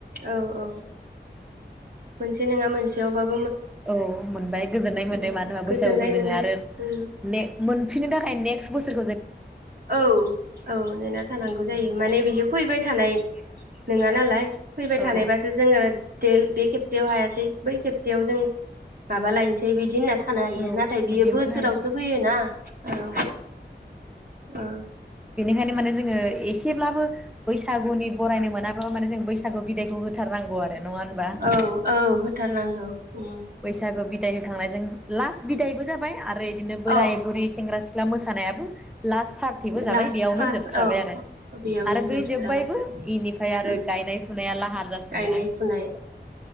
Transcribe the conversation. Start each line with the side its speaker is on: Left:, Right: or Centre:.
Right: औ औ मोनसे नङा मोनसेयावबा
Centre: औ मोनबाय गोजोन्नाय मोन्दों
Right: उम
Centre: मानो होनबा बैसागुखौ
Right: गोजोननाय
Centre: जोङो
Right: मोनो
Centre: आरो
Right: उम
Centre: ने मोन फिनो थाखाय नेक्स बोसोर
Right: औ औ नेना थानांगौ जायो
Centre: बेनिखायनो
Right: माने बियो
Centre: आरो
Right: फैबाय थानाय नङा नालाय फैबाय
Centre: औ
Right: थानायबासो जोङो देल बेे खेबसेयाव हायासै बै खेबसेयाव जों माबा लायनोसै बिदि होनना थानो हायो
Centre: औ
Right: नाथाय बियो
Centre: बिदिमोन
Right: बोसोरावसो
Centre: आरो
Right: फैयोना औ औ
Centre: बेनिखायनो माने जोङो एसेब्लाबो बैसागुनि बरायनो मोना ओ माने जों बै सागु बिदायखौ होथारनांगौ आरो नङा होनबा?
Right: औ औ होथारनांगौ उम
Centre: बैसागो बि दाय होखांनायजों लास्ट बिदायबो जाबाय आरो इदिनो बोराय
Right: औ
Centre: बुरै सेंग्रा सि ख्ला मोसानायाबो लास्ट पार्टिबो
Right: लास्ट
Centre: जाबाय बेयावनो
Right: फास
Centre: जोबस्राबाय
Right: औ
Centre: आरो
Right: बेयावनो
Centre: आरो
Right: जोबस्राबाय
Centre: बै जोब्बायबो इनिफ्राय आरो
Right: उम
Centre: गायनाय फुनाया लाहार जासिगोनलाय
Right: गायनाय फुनाय